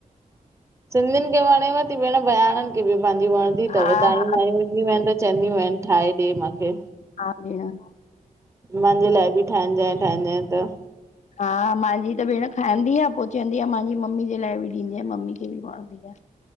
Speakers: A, on the right; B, on the left.
A: सिंधियुनि खे वणेव ती भेण, बयााणनि खे बि पंहिंजी वण दी
B: हा
A: तव दायूं
B: हा
A: मांयूं ईंदियूं आहिनि त चवंदियूं आहिनि ठाहे ॾे मांखे।
B: हा भेण।
A: मांजे लाइ बि ठाहजांइ ठाहजें त,
B: हा, मांहिंजी त भेण खाईंदी आ, पो चवंदी आ मांजी मम्मी जे लाइ बि ॾींजें, मम्मी खे बि वणंदी आ।